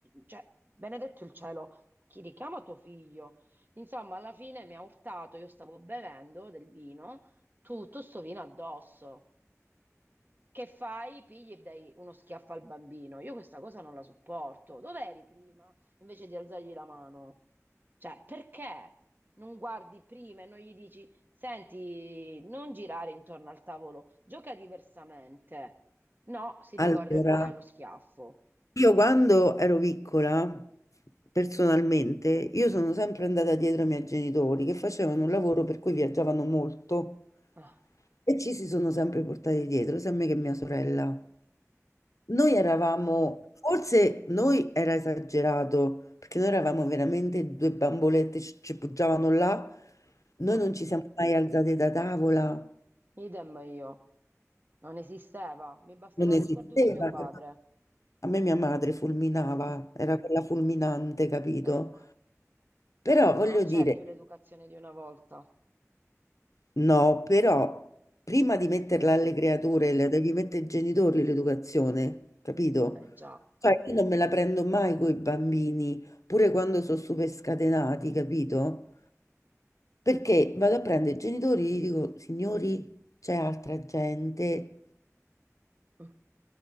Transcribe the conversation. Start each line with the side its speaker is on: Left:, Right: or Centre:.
Right: Cioè, benedetto il cielo, chi richiama tuo figlio? Insomma, alla fine mi ha urtato, io stavo bevendo del vino, tutto sto vino addosso. Che fai? Pigli e dai uno schiaffo al bambino. Io questa cosa non la sopporto. Dov'eri prima? Invece di alzargli la mano. Cioè, perché non guardi prima e non gli dici, senti, non girare intorno al tavolo, gioca diversamente. No, si ricorre
Left: Allora,
Right: poi allo schiaffo.
Left: io quando ero piccola, personalmente, io sono sempre andata dietro ai miei genitori che facevano un lavoro per cui viaggiavano molto
Right: Ah.
Left: e ci si sono sempre portati dietro, sia me che mia sorella. Noi eravamo, forse noi era esagerato, perché noi eravamo veramente due bambolette, ci ci poggiavano là, noi
Right: Mm.
Left: non ci siamo mai alzate da tavola.
Right: Idem io. Non esisteva, mi bastava
Left: Non esisteva.
Right: lo sguardo di mio padre.
Left: capito? A me mia madre fulminava,
Right: Mm.
Left: era quella fulminante, capito?
Right: Ecco,
Left: Però voglio
Right: ma non c'è
Left: dire,
Right: più l'educazione di una volta.
Left: no, però prima di metterla alle creature, la devi mettere ai genitori l'educazione, capito?
Right: Eh già.
Left: Cioè, io non me la prendo mai con i bambini, pure quando sono super scatenati, capito? Perché vado a prendere i genitori e gli dico, signori, c'è altra gente,
Right: Mm,